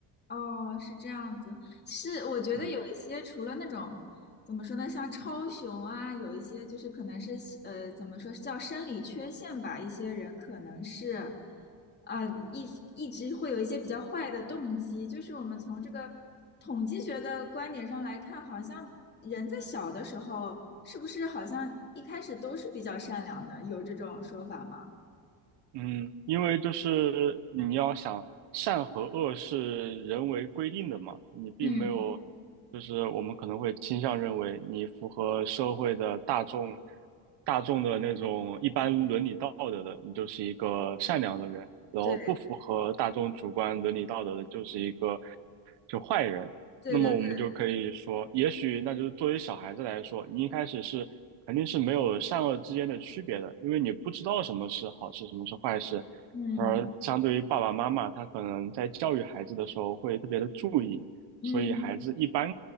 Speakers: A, on the left (about 20°); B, on the right (about 65°).
A: 哦，是这样子，是我觉得有一些除了那种怎么说呢，
B: 嗯，
A: 像超雄啊，有一些就是可能是呃怎么说叫生理缺陷吧，一些人可能是呃一一直会有一些比较坏的动机，就是我们从这个统计学的观点上来看，好像人在小的时候是不是好像一开始都是比较善良的，有这种说法吗？
B: 嗯，因为就是你要想善和恶是人为规定的嘛，你并没有，
A: 嗯，
B: 就是我们可能会倾向认为你符合社会的大众，大众的那种一般伦理道德的，你就是一个善良的人，然后不符合大众主观伦理道德的，
A: 对
B: 就是一个就坏人。
A: 对对对，
B: 那么我们就可以说，也许那就是作为小孩子来说，你一开始是。肯定是没有善恶之间的区别的，因为你不知道什么是好事，什么是坏事。
A: 嗯
B: 而相对于爸爸妈妈，他可能在教育孩子的时候会特别的注意，
A: 嗯，
B: 所以孩子一般